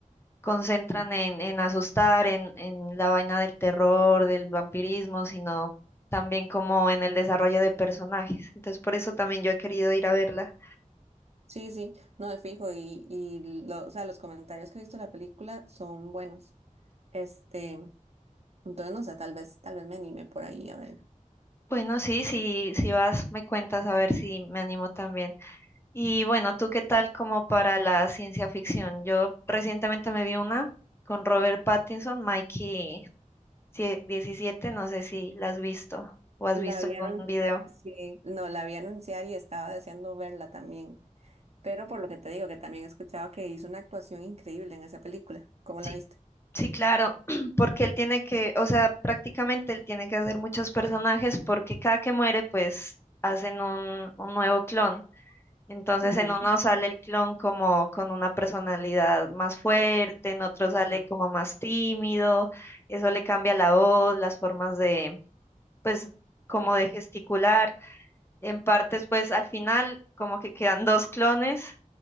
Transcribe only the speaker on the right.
sí, sí, no de fijo y, y lo- o sea, los comentarios que he visto de la película son buenos. Este, entonces no sé, tal vez, tal vez me anime por ahí a ver.
La
vieron,
sí, no, la vi anunciar y estaba deseando verla también. Pero por lo que te digo, que también he escuchado que hizo una actuación increíble en esa película. ¿Cómo la
viste?
Ujú.
Ajá,